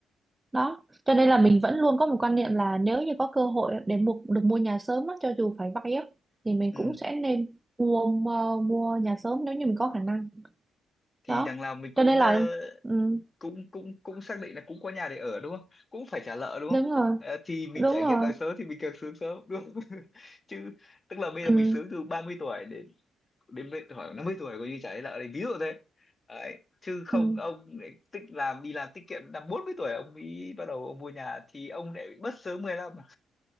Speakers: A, on the right; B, on the left.
A: đó cho nên là mình vẫn luôn có một quan niệm là nếu như có cơ hội để mua được mua nhà sớm á, cho dù phải vay á thì mình
B: ừ.
A: cũng sẽ nên mua mua, mua nhà sớm nếu như mình có khả năng
B: thì
A: đó
B: đằng nào mình cũng
A: cho nên
B: ờ,
A: là ừ,
B: cũng cũng cũng xác định là cũng có nhà để ở đúng không cũng phải trả nợ đúng không
A: đúng rồi
B: Ờ, thì mình
A: đúng
B: trải
A: rồi
B: nghiệm càng sớm thì mình càng sướng sớm đúng không <laughs> chứ tức là bây
A: ừ,
B: giờ mình sướng từ 30 tuổi đến đến bây- khoảng 50 tuổi coi như trả nợ đấy ví dụ thế đấy. chứ không
A: ừ.
B: ông lại tích làm đi làm tiết kiệm năm 40 tuổi ông mới bắt đầu ông mua nhà thì ông lại bị mất sớm 15 à